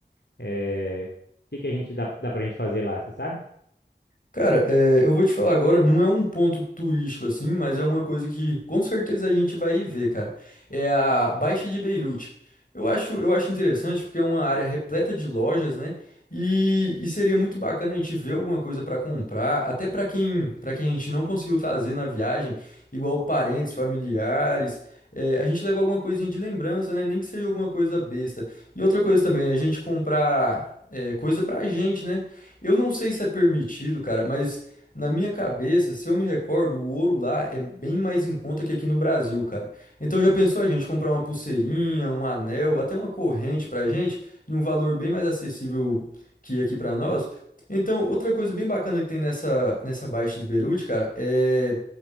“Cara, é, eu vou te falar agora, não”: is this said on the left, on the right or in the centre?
Left